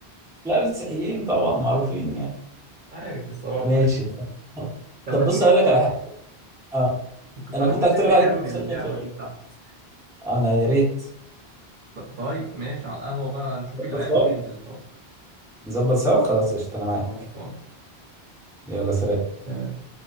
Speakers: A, in the centre; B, on the right.
A: لا مسيحيين طبعا معروفين يعني
B: <laughs> عارف الصراحه
A: ماشي
B: يعني.
A: طب
B: طب
A: طب
B: ما
A: بص
B: تيجي ننزل
A: اقول لك على حاجه اه
B: كنت
A: انا
B: لك
A: كنت
B: ننزل
A: اقترح
B: نكمل
A: عليك نفس
B: اللعبة
A: الفكره دي.
B: دي تحت
A: انا يا ريت
B: ط- طيب ماشي على القهوة بقى نشوف العيال
A: بس آه.
B: وننزل طب
A: نظبط سوا خلاص قشطه انا معاك
B: خلصان
A: يلا سلام
B: سلام